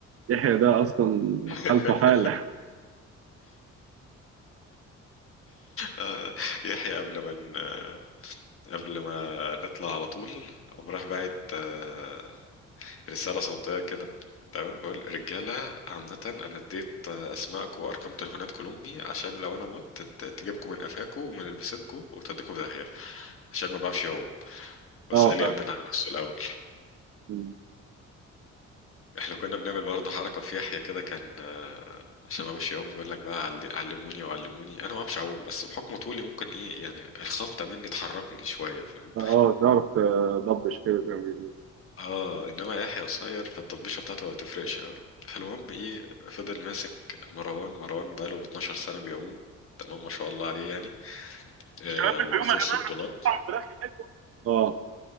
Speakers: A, on the right; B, on the left.
A: يحيى ده اصلا
B: <laughs>
A: حالته حاله
B: آه، يحيى قبل ما ن- آه، قبل ما نطلع على طول قام راح باعت آه، رسالة صوتية كده تمام بقول رجالة عامة أنا اديت آه، أسمائك وأرقام تليفونات كل أمي عشان لو أنا مت ت- تجيبكم من قفاكم ومن لبستكم وتوديكم في داهية عشان ما بعرفش أعوم بس
A: <laughs> اه
B: قال لي
A: فاهم
B: أمنها على نفسه الأول
A: مم.
B: احنا كنا بنعمل برضه حركة في يحيى كده كان آه، عشان ما اعرفش يعوم بيقول لك بقى عل- علموني وعلموني انا ما اعرفش اعوم بس بحكم طولي ممكن ايه يعني الخبطة مني تحركني شوية فاهم
A: اه تعرف تضبش كده زي ما بيقولوا
B: اه انما يحيى قصير فالتطبيشة بتاعته ما بتفرقش قوي فالمهم ايه فضل ماسك مروان مروان بقاله 12 سنة بيعوم تمام ما شاء الله عليه يعني آه
A: اشتغلنا
B: وبيخش
A: في يوم يا جماعه
B: بطولات
A: رحتوا مطعم فراخ هناك اه